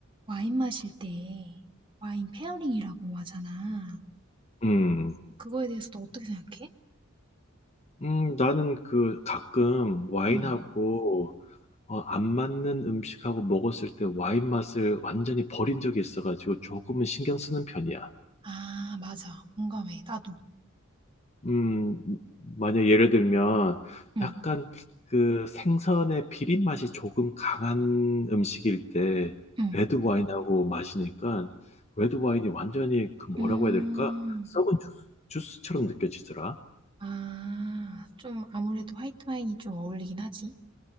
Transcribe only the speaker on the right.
와인 마실 때 와인 페어링이라고 하잖아.
그거에 대해서 너 어떻게 생각해?
응.
아, 맞아. 공감해. 나도.
응,
응.
음,
아, 좀 아무래도 화이트 와인이 좀 어울리긴 하지.